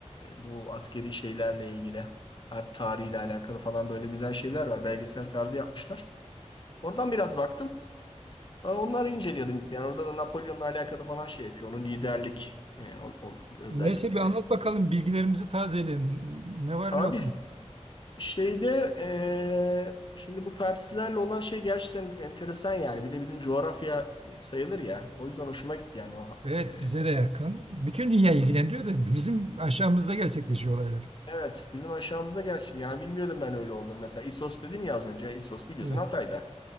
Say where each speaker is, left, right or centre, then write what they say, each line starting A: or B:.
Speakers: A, on the left (about 45°); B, on the right (about 60°).
A: bu askeri şeylerle ilgili, harp tarihiyle alakalı falan böyle güzel şeyler var. Belgesel tarzı yapmışlar. Oradan biraz baktım. Aa, Onları inceliyordum. Yani orada da Napolyon'la alakalı falan şey yapıyor. Onun liderlik e, o- o- özellikleri.
B: Neyse bir anlat bakalım bilgilerimizi tazeleyelim. Ne var
A: Abi
B: ne yok.
A: Şeyde e, şimdi bu Perslerle olan şey gerçekten enteresan yani. Bir de bizim coğrafya sayılır ya. O yüzden hoşuma gitti yani. O,
B: Evet
A: e,
B: bize de yakın. Bütün dünya ilgilendiriyor da bizim aşağımızda gerçekleşiyor olaylar.
A: evet bizim aşağımızda gerçekten yani bilmiyordum ben öyle olduğunu. Mesela İsos dedin ya az önce. İsos biliyorsun
B: Evet.
A: Hatay'da.